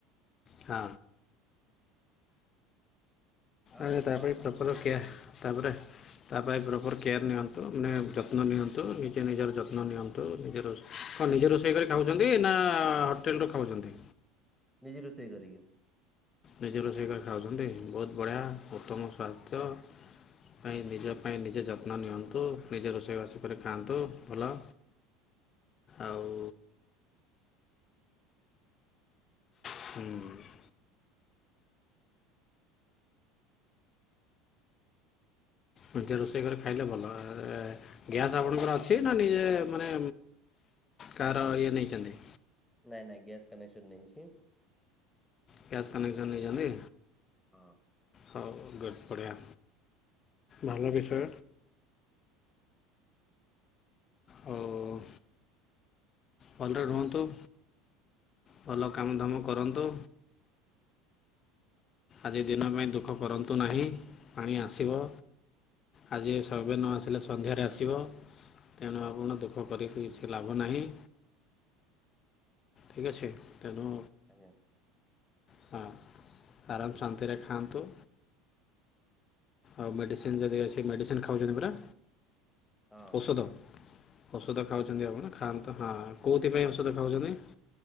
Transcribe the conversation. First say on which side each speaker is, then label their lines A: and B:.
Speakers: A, on the left; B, in the centre.
A: ହଁ
B: ଆଉ
A: ଆପ
B: କଣ କାମ
A: ତାପରେ
B: କରୁଛନ୍ତି?
A: ତା ପାଇଁ ପ୍ରପର୍ କେୟାର୍ ନିଅନ୍ତୁ ମାନେ ଯତ୍ନ ନିଅନ୍ତୁ ନିଜେ ନିଜର ଯତ୍ନ ନିଅନ୍ତୁ। ତ ନିଜ ର କଣ ନିଜ ରୋଷେଇ କରି ଖାଉଛନ୍ତି ନା ହୋଟେଲରୁ ଖାଉଛନ୍ତି।
B: ନିଜେ ରୋଷେଇ କରିକି
A: ନିଜ ରୋଷେଇ କରି ଖାଉଛନ୍ତି ବହୁତ ବଢ଼ିଆ ଉତ୍ତମ ସ୍ୱାସ୍ଥ୍ୟ ପାଇଁ ନିଜ ପାଇଁ ନିଜେ ଯତ୍ନ ନିଅନ୍ତୁ ନିଜେ ରୋଷେଇ ଘସ କରି ଖାଆନ୍ତୁ ଭଲ ଆଉ ହୁଁ। ନିଜ ରୋଷେଇ କରିରେ ଖାଇଲେ ଭଲ ଗ୍ୟାସ୍ ଆପଣଙ୍କର ଅଛି ନା ନିଜେ ମାନେ କାହାର ଇଏ ନେଇଛନ୍ତି।
B: ନାଇଁ ନାଇଁ ଗ୍ୟାସ କନେକ୍ସନ ନେଇଛି।
A: ଗ୍ୟାସ୍ କନେକ୍ସନ୍ ନେଇଛନ୍ତି।
B: ହଁ।
A: ହଉ ଗଟ୍ ବଢ଼ିଆ ଭଲ ବିଷୟ ହଉ। ଭଲରେ ରୁହନ୍ତୁ। ଭଲ କାମଧାମ କରନ୍ତୁ। ଆଜି ଦିନ ପାଇଁ ଦୁଃଖ କରନ୍ତୁ ନାହିଁ ପାଣି ଆସିବ। ଆଜି ସବେ ନ ଆସିଲେ ସନ୍ଧ୍ୟାରେ ଆସିବ ତେଣୁ ଆପଣ ଦୁଃଖ
B: ହୁଁ
A: କରିକି କିଛି ଲାଭ ନାହିଁ। ଠିକ୍ ଅଛି ତେଣୁ
B: ଆଜ୍ଞା।
A: ହଁ ଆରାମ ଶାନ୍ତିରେ ଖାଆନ୍ତୁ। ଆଉ ମେଡ଼ିସିନ ଯଦି ଅଛି ମେଡ଼ିସିନ ଖାଉଛନ୍ତି ପରା
B: ହଁ
A: ଔଷଧ
B: ହଁ
A: ଔଷଧ ଖାଉଛନ୍ତି ଆପଣ ଖାଆନ୍ତ ହଁ କୋଉଥିପାଇଁ ଔଷଧ ଖାଉଛନ୍ତି।